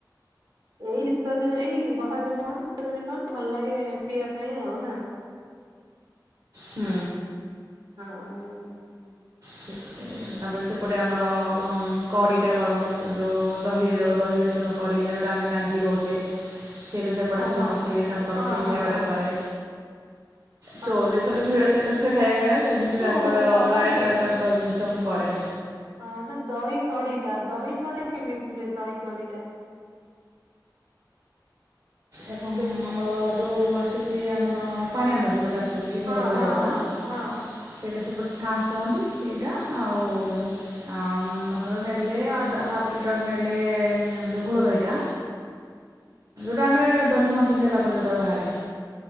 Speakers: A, on the right; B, on the right.
A: ଏଇ ଶୀତ ଦିନେ ଏଇ ବର୍ଷା ଦିନେ କ'ଣ ଶୀତ ଦିନେ କ'ଣ ଭଲ ଲାଗେ ପିଇବା ପାଇଁ ଆଉ ନା।
B: ହୁଁ।
A: ହଁ।
B: ସେପଟେ ତାପରେ ସେପଟେ ଆମର କଡେଇଟା କରନ୍ତି ଯୋଉ ଦହିରେ ଯୋଉ ଦହି ବେସନ କଡେଇ ଆଯୋଉଟା ଆମେ କାଞ୍ଜି କହୁଛେ। ସେଇଟା ସେପଟେ
A: ହଁ
B: ଫେମସ୍
A: ହଁ
B: ଟିକେ ତାଙ୍କର
A: ହଁ
B: ସେଇ
A: ହଁ ହଁ ହଁ
B: ଖାଇବାଟା
A: ହଁ
B: କରେ।
A: ହଁ
B: ଚୋଉଦଶରେ
A: ହଁ
B: ରହିବା ସେଇଟା ସେ ଖାଇବା ଖାଇବା ସେମିତି
A: ଯୋଉ
B: ତାଙ୍କର
A: କରନ୍ତି
B: ପ୍ରାୟ ତାଙ୍କର ଜିନିଷ ମୁଁ କରେ।
A: ହଁ ଯୋଉ ଦହି କଡିଟା ଦହି କଡିଆ କେମିତି ହୁଏ ଦହି କଡିଟା?
B: ଏବଂ
A: ବେ
B: ଆମର ଯୋଉ ଆସୁଛି ଆମର ପାଣିଆ ଦହି ଗୋଟେ ଆସୁ ଯେଇ ଘୋଳଦହି
A: ହଁ ହଁ
B: ଯୋଉଟା
A: ହଁ ହଁ
B: ସେ ସେପଟେ ଛାଞ୍ଚ କୁହନ୍ତି। ସେଇଟା ଆଉ
A: ହଁ
B: ଅଁ ମନେକର ନେଲେ ହାଫଜା ହାଫ୍ ଲିଟର ନେଲେ ଯୋଉ ଘୋଳ ଦହିଟା ତ ଆମେ ଦହି ମନ୍ଥି ସାରିଲା ପରେ ଯୋଉଟା ବାହାରେ।